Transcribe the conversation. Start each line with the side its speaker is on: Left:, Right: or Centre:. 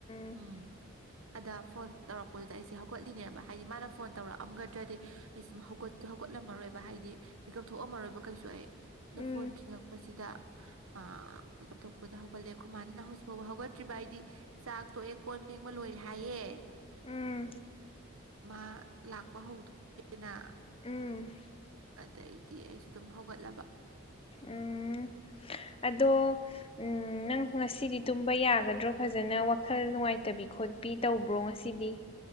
Left: <inaudible>
Right: ꯎꯝ ꯑꯗ ꯐꯣꯟ ꯇꯧꯔꯛꯄꯗꯨꯗ ꯑꯩꯁꯦ ꯍꯧꯒꯠꯂꯤꯅꯦꯕ ꯍꯥꯏꯗꯤ ꯃꯥꯅ ꯐꯣꯟ ꯇꯧꯔꯛꯑꯝꯒꯗ꯭ꯔꯗꯤ ꯑꯩ ꯁ ꯍꯧꯒꯠꯇꯦ ꯍꯧꯒꯠꯂꯝꯃꯔꯣꯏꯕ ꯍꯥꯏꯗꯤ ꯃꯤꯀꯞ ꯊꯣꯛꯑꯝꯃꯔꯣꯏꯕ ꯀꯩꯁꯨ ꯑꯩ ꯅ
Left: ꯎꯝ
Right: ꯐꯣꯟ ꯈꯤꯉꯛꯄꯁꯤꯗ ꯑ-ꯃꯦꯀꯞ ꯊꯣꯛꯄꯗ ꯍꯧꯒꯠꯂꯦꯈꯣꯏ ꯃꯥꯥꯟꯅ ꯅꯪ ꯍꯧꯖꯤꯛ ꯐꯥꯎꯕ ꯍꯧꯒꯠꯇ꯭ꯔꯤꯕ ꯑꯩꯗꯤ ꯆꯥꯛ ꯇꯣꯛꯑꯦ ꯀꯣꯟ ꯐꯦꯡꯕ ꯂꯣꯏꯔꯦ ꯍꯥꯏꯌꯦ
Left: ꯎꯝ
Right: ꯃꯥ ꯂꯥꯛꯄ ꯍꯧꯗ꯭ꯔꯦꯅ
Left: ꯎꯝ
Right: ꯑꯗꯩꯗꯤ ꯑꯩꯁꯨ ꯑꯗꯨꯝ ꯍꯧꯒꯠꯂꯕ
Left: ꯎꯝ ꯑꯗꯣ ꯎꯝ ꯅꯪ ꯉꯁꯤꯗꯤ ꯇꯨꯝꯕ ꯌꯥꯒꯗ꯭ꯔꯣ ꯐꯖꯅ ꯋꯥꯈꯜ ꯅꯨꯡꯉꯥꯏꯇꯕꯤ ꯈꯣꯠ꯫ ꯄꯤ ꯇꯧꯕ꯭ꯔꯣ ꯉꯁꯤꯗꯤ